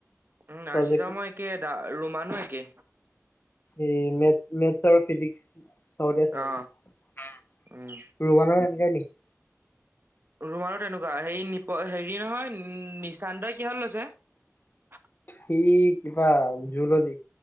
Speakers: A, on the right; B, on the left.
A: উম
B: চাবজেক্টটো
A: আছিদামো একে ৰোমানো একে।
B: এই মে মেথছ আৰু ফিজিক্স। চৰ্দি আছে
A: অ
B: মানে
A: উম
B: ৰুবৰ সেনেকাইক।
A: তৰুমাৰো তেনেকুৱা হপ হেৰি নহয় নিশান্তই কিহত লৈছে।
B: সি কিবা জুলজী